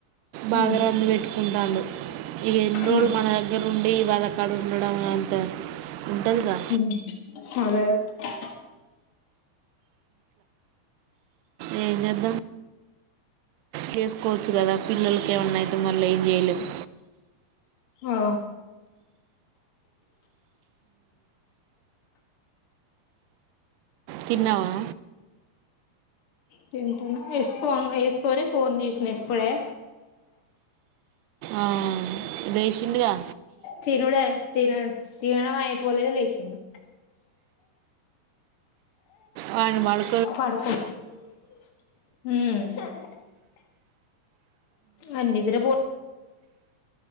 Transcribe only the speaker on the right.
బాగా
రంది వెట్టుకుంటాండు. ఈ ఇన్ని
రోజులు మన దగ్గర ఉండి. వాళ్ళ కాడ ఉండడం అంత ఉంటదిగా.
ఏం జెదాం చేసుకోవచ్చు కదా పిల్లలకి ఏమన్నయితే మళ్ళ ఏం చేయలేము
తిన్నావా
ఆ లేషిండుగా
హ్యాండు మలు